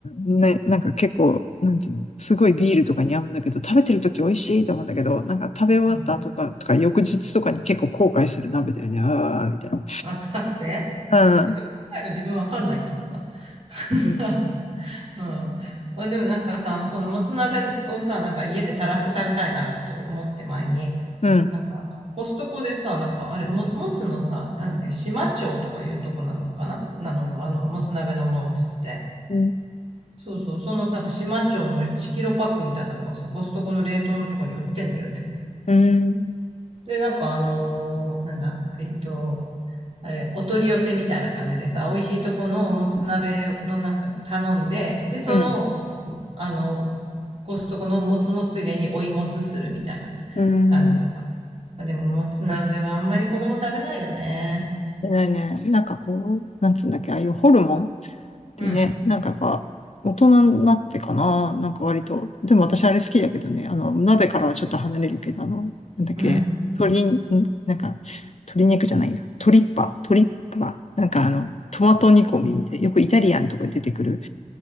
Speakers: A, on the left; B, on the right.
A: うん。ね、なんか結構、なんつうの、すごいビールとかに合うんだけど、食べてる時美味しいと思うんだけど、なんか食べ終わった後とか、
B: うん。
A: とか翌日とかに結構後悔する鍋だよね。ああ、みたいな。
B: あ、臭くて
A: う
B: えでも臭いの自分わかんないからさ。<laughs>
A: ん。
B: うん。まあ、でもなんかさ、あの、そのもつ鍋をさ、なんか家でたらふく食べたいなと思って前に、
A: うん。
B: なんかあの、コストコでさ、なんかあれ、も、もつのさ、なんだっけ、島町とかいうとこなのかななのよ、あの、もつ鍋のもつって。
A: うん。うん。
B: そうそう、そのなんか島町の1キロパックみたいなのがさ、コストコの冷凍のとこに売ってんだよね。
A: うん。
B: で、なんかあのーなんだ、えっと、あれ、お取り寄せみたいな感じでさ、美味しいとこのもつ鍋のなんか頼んで、で、その、
A: うん。
B: あの、コストコのもつもついでに追いもつするみたいな
A: うん
B: 感じとか。まあ、でも、もつ鍋はあんまり子供食べないよね。
A: ないね。なんかこう、なんつうんだっけ、ああいうホルモン
B: うん、
A: でね、なんかやっぱ、大人になってかな、なんか割と。でも私あれ好きだけどね、あの、鍋からはちょっと離れるけど、あの、なんだっけ、
B: うん。
A: 鶏、んなんか、鶏肉じゃないや、トリッパ、トリッパ、なんかあの、トマト煮込みみたいな、よくイタリアンとかで出てくる、